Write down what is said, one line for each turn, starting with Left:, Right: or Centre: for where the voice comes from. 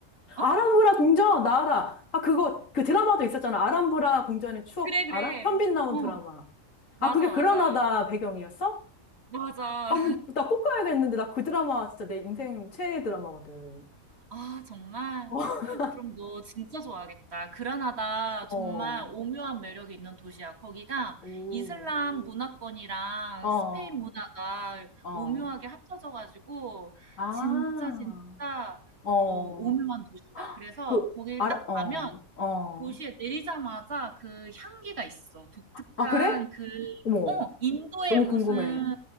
Right: 어?
Left: 아람브라 궁전, 나 알아. 아, 그거, 그 드라마도 있었잖아. 아람브라 궁전의 추억,
Right: 그래, 그래.
Left: 알아? 현빈 나온
Right: 어.
Left: 드라마.
Right: 맞아,
Left: 아, 그게
Right: 맞아.
Left: 그라나다 배경이었어?
Right: 맞아.
Left: 아, 나 꼭 가야겠는데. 나 그 드라마 진짜 내 인생 최애 드라마거든.
Right: 아, 정말?
Left: <laughs>
Right: 그럼 너 진짜 좋아하겠다. 그라나다 정말
Left: 어,
Right: 오묘한 매력이 있는 도시야. 거기가
Left: 오,
Right: 이슬람 문화권이랑
Left: 어,
Right: 스페인 문화가
Left: 어.
Right: 오묘하게 합쳐져가지고
Left: 아,
Right: 진짜 진짜
Left: 어.
Right: 어, 오묘한 도시야. 그래서
Left: 그,
Right: 거길
Left: 알아,
Right: 딱
Left: 어,
Right: 가면
Left: 어.
Right: 도시에 내리자마자 그 향기가 있어. 독특한
Left: 아, 그래?
Right: 그,
Left: 어머,
Right: 어, 인도의
Left: 너무
Right: 무슨
Left: 궁금해.